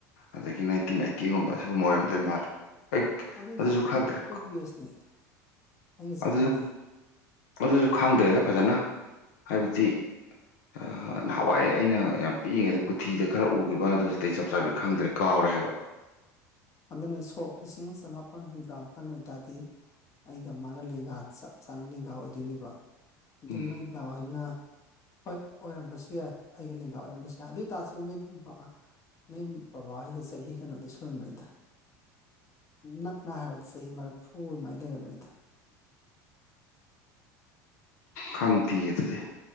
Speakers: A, on the left; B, on the left.
A: ꯑꯗꯒꯤ ꯅꯥꯏꯟꯇꯤꯟ ꯑꯥꯏꯠꯇꯤ ꯒꯨꯝꯕ ꯁꯤꯒꯨꯝꯕ ꯑꯣꯏꯔꯝꯗꯣꯏ ꯃꯥꯜꯂꯦ ꯑꯩ
B: ꯑꯗꯨꯏꯗꯤ
A: ꯑꯗꯨꯁꯨ
B: ꯑꯩꯈꯣꯏ
A: ꯈꯪꯗ꯭ꯔꯦ
B: ꯑꯩꯈꯣꯏ ꯕꯦꯁꯅꯦ ꯑꯩꯒ ꯆꯞ
A: ꯑꯗꯨꯁꯨ
B: ꯃꯥꯟꯅꯩ
A: ꯑꯗꯨꯁꯨ ꯈꯪꯗ꯭ꯔꯦꯗ ꯐꯖꯅ ꯍꯥꯏꯕꯗꯤ ꯑꯥ ꯅꯍꯥꯋꯥꯏ ꯑꯩꯅ ꯌꯥꯝ ꯄꯤꯛꯏꯉꯩꯗ ꯀꯨꯊꯤꯗ ꯈꯔ ꯎꯈꯤꯕ ꯑꯗꯨ ꯍꯧꯖꯤꯇꯤ ꯑꯩ ꯆꯞ ꯆꯥꯕꯤ ꯈꯪꯗ꯭ꯔꯦ ꯀꯥꯎꯔꯦ ꯍꯥꯏꯕ
B: ꯑꯗꯨꯅꯦ ꯁꯣꯛ ꯂꯤꯁꯤꯡ ꯑꯃ ꯆꯃꯥꯄꯜ ꯍꯨꯝꯗ꯭ꯔꯥ ꯃꯥꯄꯜ ꯑꯣꯏꯇꯥꯔꯗꯤ ꯑꯩꯒ ꯃꯥꯒ ꯂꯦꯡꯒꯥ ꯆꯞ ꯆꯥꯅ ꯂꯦꯡꯒꯥ ꯑꯣꯏꯗꯣꯏꯅꯦꯕ ꯑꯗꯨ
A: ꯎꯝ
B: ꯅꯣꯏ ꯗꯥ ꯍꯣꯏꯅ ꯍꯣꯏ ꯑꯣꯏꯔꯝꯕꯁꯨ ꯌꯥꯏ ꯑꯩꯒꯤ ꯂꯦꯡꯒꯥ ꯑꯣꯏꯔꯝꯕꯁꯨ ꯌꯥꯏ ꯑꯗꯨ ꯑꯣꯏꯇꯥꯔꯁꯨ ꯅꯣꯏ ꯕꯥ ꯅꯣꯢ ꯕꯥꯕ ꯍꯣꯢꯗꯣ ꯆꯍꯤ ꯀꯩꯅꯣꯗꯤ ꯁꯨꯔꯝꯃꯅꯤꯗ ꯅꯛꯅ ꯍꯥꯏꯔꯕꯗ ꯆꯍꯤ ꯃꯔꯐꯨ ꯑꯗꯨꯃꯥꯏꯅ ꯂꯩꯔꯝꯃꯅꯤꯗ
A: ꯈꯪꯗꯤꯌꯦ ꯑꯗꯨꯗꯤ